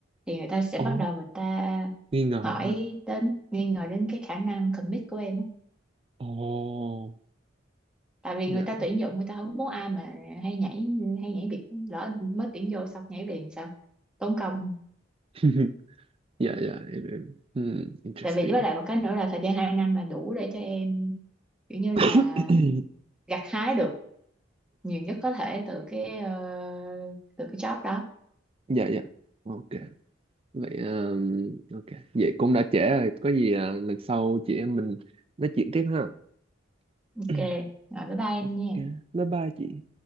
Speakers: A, in the centre; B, on the right (about 30°).
A: thì người ta sẽ
B: Ồ,
A: bắt đầu người ta
B: nghi ngờ
A: hỏi
B: ha
A: đến nghi ngờ đến cái khả năng commit của em á.
B: Ồ,
A: tại vì
B: dạ
A: người ta tuyển dụng người ta không muốn ai mà hay nhảy hay nhảy việc lỡ mới tuyển vô xong nhảy liền sao tốn công
B: <clears throat> Dạ dạ em em hmm, interesting.
A: tại vì với lại một cái nữa là thời gian hai năm là đủ để cho em kiểu như
B: <coughs>
A: là gặt hái được nhiều nhất có thể từ cái ờ, từ cái job đó
B: Dạ dạ. Ok. Vậy um, ok. Vậy cũng đã trễ rồi, có gì à, lần sau chị em mình nói chuyện tiếp ha.
A: ok
B: <coughs>
A: rồi bye bye anh nha
B: Ok. Bye bye chị.